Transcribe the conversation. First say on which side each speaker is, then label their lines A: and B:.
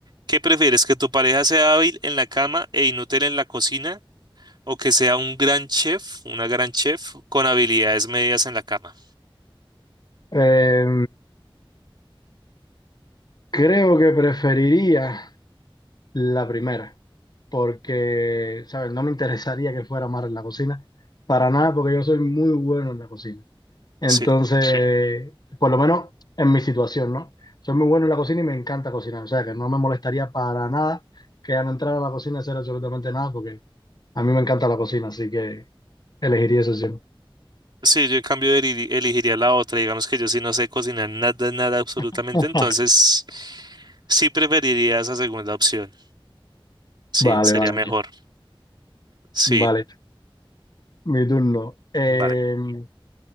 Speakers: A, on the right; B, on the left.
A: ¿qué prefieres? ¿Que tu pareja sea hábil en la cama e inútil en la cocina? ¿O que sea un gran chef, una gran chef con habilidades medias en la cama?
B: Eh, creo que preferiría la primera, porque, ¿sabes? No me interesaría que fuera más en la cocina, para nada, porque yo soy muy bueno en la cocina. Sí,
A: Sí.
B: Entonces, por lo menos en mi situación, ¿no? Soy muy bueno en la cocina y me encanta cocinar, o sea que no me molestaría para nada que al entrar a la cocina hacer absolutamente nada, porque A mí me encanta la cocina, así que elegiría eso siempre.
A: Sí, yo en cambio eli- elegiría la otra. Digamos que yo sí no sé cocinar nada, nada, absolutamente.
B: <laughs>
A: Entonces, sí preferiría esa segunda opción. Sí,
B: Vale,
A: sería
B: vale,
A: mejor.
B: vale.
A: Sí,
B: Vale, mi turno. Eh,
A: vale.